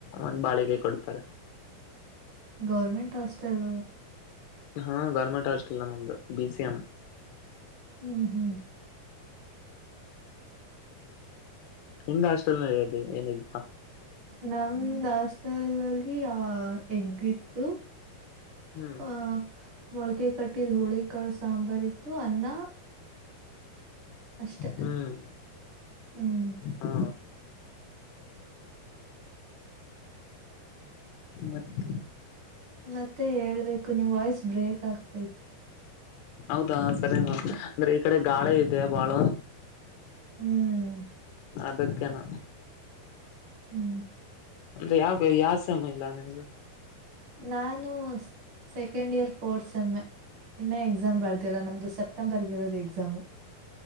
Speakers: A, on the left; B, on the right.
A: ಒಂದ ಬಾಳಕೈ ಕೊಡ್ತಾರ.
B: ಗೌರ್ಮೆಂಟ್ ಹಾಸ್ಟೆಲ್
A: ಹಾ ಗೌರ್ಮೆಂಟ್ ಹಾಸ್ಟಲ್ ನಮ್ದ ಬಿ ಸಿ ಎಂ
B: ಹ್ಮ ಹ್ಮ
A: ನಿಂದ ಹಾಸ್ಟೆಲ್ <unintelligible>
B: ನಮ್ದ ಹಾಸ್ಟೆಲ್ ಅಲ್ಲಿ ಅ ಎಗ್ ಇತ್ತು.
A: ಹ್ಮ್
B: ಹ ಮೊಳ್ಕೆ ಕಟ್ಟಿದ ಹುಳಿಕಾಳ ಸಾಂಬಾರ ಇತ್ತು ಅನ್ನ ಅಷ್ಟ
A: ಹ್ಮ್
B: ಹ್ಞ
A: ಹಾ ಮತ್ತೆ
B: ಮತ್ತೆ ಹೇಳ್ಬೇಕು ನೀವ್ ವಾಯ್ಸ್ ಬ್ರೇಕ್ ಆಗ್ತೈತಿ.
A: ಹೌದಾ ಸರಿ ನು ಅಂದ್ರ ಈ ಕಡೆ ಗಾಳಿ ಇದೆ ಬಾಳ
B: ಹ್ಮ
A: ಅದಕ್ಕನ
B: ಹ್ಮ
A: ಅಂದ ಯಾವ ಯಾವ್ ಸಮ ಇಲ್ಲ ನಿಮ್ದು
B: ನಾನು ಸೆಕೆಂಡ್ ಇಯರ್ ಫೋರ್ ಸೇಮ್ ಇನ್ನ ಎಕ್ಸಾಮ್ ಬರದಿಲ್ಲಾ ನಮ್ದು ಸೆಪ್ಟೆಂಬರ್ಗ ಇರೋದು ಎಕ್ಸಾಮ್.